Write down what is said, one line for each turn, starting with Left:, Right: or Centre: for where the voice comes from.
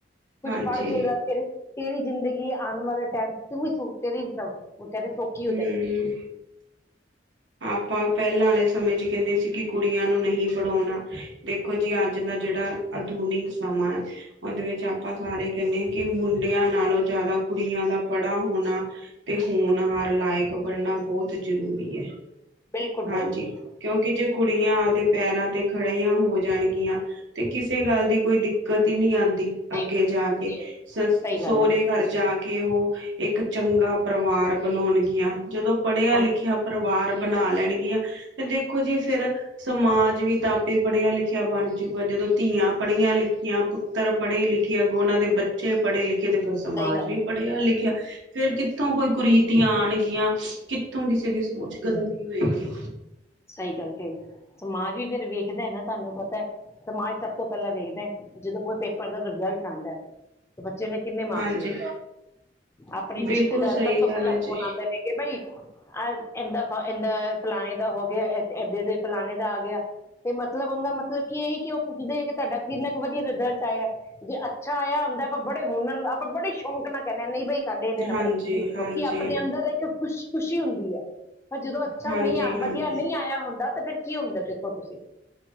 Left: ਕੁਛ
Right: ਹਾਂਜੀ
Left: ਬਣ ਜਾਏਗਾ ਤੇਰੇ ਤੇਰੀ ਜ਼ਿੰਦਗੀ, ਆਉਣ ਵਾਲੇ ਟਾਈਮ ਤੂੰ ਵੀ ਸੂ ਤੇਰੀ ਸਵ ਉਹ ਕਹਿੰਦੇ, ਸੌਖੀ ਹੋ
Right: ਹਮ
Left: ਜਾਏਗੀ।
Right: ਆਪਾਂ ਪਹਿਲਾਂ ਵਾਲੇ ਸਮੇਂ ਚ ਕਹਿੰਦੇ ਸੀ, ਕਿ ਕੁੜੀਆਂ ਨੂੰ ਨਹੀਂ ਪੜ੍ਹਾਉਣਾ ਦੇਖੋ ਜੀ ਅੱਜ ਦਾ ਜਿਹੜਾ ਆਧੁਨਿਕ ਸਮਾਂ ਸਮਾਂ- ਉਹਦੇ ਵਿੱਚ ਆਪਾਂ ਸਾਰੇ ਕਹਿੰਦੇ ਹਾਂ, ਕਿ ਮੁੰਡਿਆਂ ਨਾਲੋਂ ਜ਼ਿਆਦਾ ਕੁੜੀਆਂ ਦਾ ਪੜਾ ਹੋਣਾ ਤੇ ਹੋਣਹਾਰ, ਲਾਇਕ ਬਣਨਾ ਬਹੁਤ ਜਰੂਰੀ ਹੈ।
Left: ਬਿਲਕੁਲ
Right: ਹਾਂਜੀ,
Left: ਬਹੁਤ ਜ਼ਰੂਰੀ ਹੈ
Right: ਕਿਉਂਕਿ ਜੇ ਕੁੜੀਆਂ ਆਪਦੇ ਪੈਰਾਂ ਤੇ ਖੜਆਂ ਹੋ ਜਾਣਗੀਆਂ। ਤੇ ਕਿਸੇ ਗੱਲ ਦੀ ਕੋਈ ਦਿੱਕਤ ਹੀ ਨਹੀਂ, ਆਉਂਦੀ। ਦੀ, ਅੱਗੇ
Left: ਨਹੀਂ ਭਾਈ,
Right: ਜਾ ਕੇ
Left: ਨਹੀਂ
Right: ਸ
Left: ਸਹੀ
Right: ਸੋਹਰੇ
Left: ਗੱਲ ਹੈ
Right: ਘਰ ਜਾ ਕੇ ਔਹ ਇੱਕ ਚੰਗਾ ਪਰਿਵਾਰ ਬਣਾਉਣਗੀਆਂ। ਜਦੋਂ ਪੜ੍ਹਿਆ
Left: ਹਾਂਜੀ
Right: ਲਿਖਿਆ ਪਰਿਵਾਰ ਬਣਾ ਲੈਣਗੀਆਂ, ਤੇ ਦੇਖੋ ਜੀ ਫੇਰ ਸਮਾਜ ਵੀ ਤਾਂ ਆਪੇ ਪੜ੍ਹਿਆ ਲਿਖਿਆ ਬਣ ਜੁਗਾ। ਜਦੋਂ ਧੀ ਧੀਆਂ ਪੜ੍ਹੀਆਂ ਲਿਖੀਆਂ, ਪੁੱਤਰ ਪੜ੍ਹੇ ਲਿਖੇ, ਅੱਗੋਂ ਉਹਨਾਂ ਦੇ ਬੱਚੇ ਪੜ੍ਹੇ ਲਿ ਕੀਤੇ ਫਿਰ ਸਮਾਜ
Left: ਸਹੀ ਗੱਲ
Right: ਵੀ
Left: ਹੈ
Right: ਪੜ੍ਹਿਆ ਲਿਖਿਆ। ਫੇਰ ਕਿੱਥੋਂ ਕੋਈ ਕੁਰੀਤੀਆਂ ਆਣਗੀਆਂ ਕਿ ਕਿੱਥੋਂ ਕਿਸੇ ਦੀ ਸੋਚ ਗੰਦੀ ਹੋਏਗੀ।
Left: ਸਈ ਗੱਲ ਕੇ ਸਮਾਜ ਵੀ ਫੇਰ ਵੇਖਦਾ ਏ ਨਾ, ਤੁਹਾਨੂੰ ਪਤਾ ਏ, ਸਮਾਜ ਸਭ ਤੋਂ ਪਹਿਲਾਂ ਵੇਖਦਾ ਏ, ਜਦੋਂ ਕੋਈ ਪੇਪਰ ਦਾ ਰਿਜ਼ਲਟ ਆਂਦਾ ਏ, ਤੇ ਬੱਚੇ ਨੇ ਕਿੰਨੇ ਮਾਰਕਸ
Right: ਹਾਂਜੀ
Left: ਲਏ ਏ? ਆਪਣੇ ਰਿਸ਼ਤੇਦਾਰ,
Right: ਬਿਲਕੁਲ ਸਹੀ
Left: ਸਭ ਤੋਂ ਪਹਿਲਾਂ
Right: ਗੱਲ ਹੈ
Left: ਫੋਨ
Right: ਜੀ
Left: ਆਉਂਦੇ ਨੇ ਕਿ ਬਈ ਆ ਏਂਦਾ ਫ ਏਂਦਾ ਫਲਾਣੇ ਦਾ ਹੋ ਗਿਆ, ਏ ਏਦੇ ਦੇ ਫਲਾਣੇ ਦਾ ਆ ਗਿਆ। ਤੇ ਮਤਲਬ, ਔਂਦਾ ਮਤਲਬ ਕੀ ਇਹ ਈ, ਕਿ ਉਹ ਪੁੱਛਦੇ ਏ ਕਿ ਤੁਹਾਡਾ ਕਿੰਨਾ ਕੂ ਵਧੀਆ ਰਿਜ਼ਲਟ ਆਇਆ ਏ? ਜੇ ਅੱਛਾ ਆਇਆ ਹੁੰਦਾ ਏ, ਆਪਾਂ ਬੜੇ ਹੁਨਰ, ਆਪਾਂ ਬੜੇ ਸ਼ੌਕ ਨਾਲ ਕਹਿੰਣੇ ਆ, ਨਈ ਬਈ ਸਾਡੇ ਇੰਨੇ ਨੰਬਰ
Right: ਹਾਂਜੀ
Left: ਏ, ਕਿਉਂਕਿ
Right: ਹਾਂਜੀ
Left: ਆਪਣੇ ਅੰਦਰ ਇੱਕ ਖੁਸ਼ ਖੁਸ਼ੀ ਹੁੰਦੀ ਏ, ਪਰ ਜਦੋਂ ਅੱਛਾ
Right: ਹਾਂਜੀ
Left: ਨਈ ਆ,
Right: ਹਾਂਜੀ
Left: ਵਧੀਆ ਨਈ ਆਇਆ ਹੁੰਦਾ, ਤਾਂ ਫਿਰ ਕੀ ਹੁੰਦਾ ਤੋ ਤੁਸੀਂ,